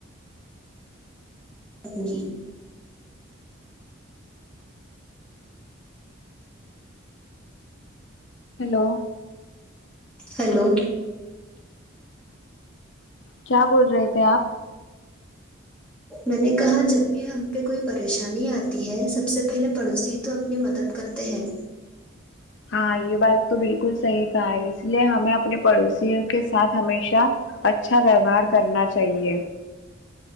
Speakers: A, in the centre; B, on the left.
A: <unintelligible>
B: ہیلو
A: ہیلو
B: کیا بول رہے تھے آپ
A: میں نے کہا جب بھی ہم پہ کوئی پریشانی آتی ہے سب سے پہلے پڑوسی ہی تو اپنی مدد کرتے ہیں
B: ہاں یہ بات تو بالکل صحیح کہا ہے اس لیے ہمیں اپنے پڑوسیوں کے ساتھ ہمیشہ اچھا ویوہار کرنا چاہیے